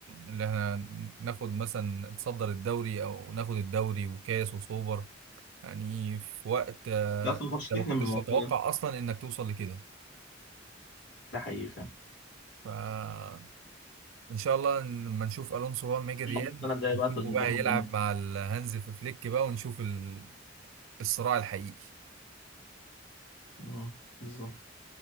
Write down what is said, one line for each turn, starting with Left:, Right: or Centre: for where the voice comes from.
Right: اللي احنا ناخد مثلا نتصدر الدوري او ناخد الدوري وكاس وسوبر يعني في وقت آه،
Left: أنت أصلا ما كنتش
Right: انت
Left: تحلم
Right: ما كنتش
Left: بالموضوع
Right: تتوقع
Left: ده
Right: اصلا انك توصل لكده
Left: ده حقيقي فعلا
Right: فان شاء الله لما نشوف الونسو بقى لما يجي الريال
Left: السنة الجاية
Right: نشوفه
Left: بقى تظبطوا
Right: بقى يلعب
Left: الدنيا
Right: مع الهانز في فليك بقى ونشوف ال- الصراع الحقيقي
Left: أه، بالظبط